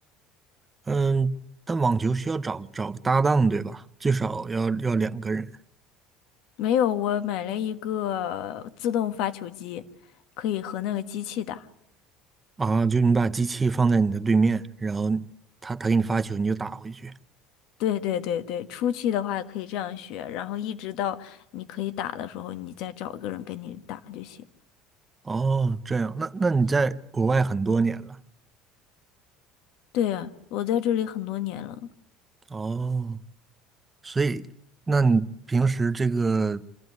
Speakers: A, on the right (about 15°); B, on the left (about 70°).
A: 嗯，但网球需要找找个搭档，对吧？最少要要两个人
B: 没有，我买了一个自动发球机，可以和那个机器打。
A: 啊，就你把机器放在你的对面，然后他他给你发球，你就打回去。
B: 对对对对，初期的话可以这样学，然后一直到你可以打的时候，你再找一个人跟你打就行。
A: 哦，这样，那那你在国外很多年了。
B: 对啊，我在这里很多年了。
A: 哦，所以，那你平时这个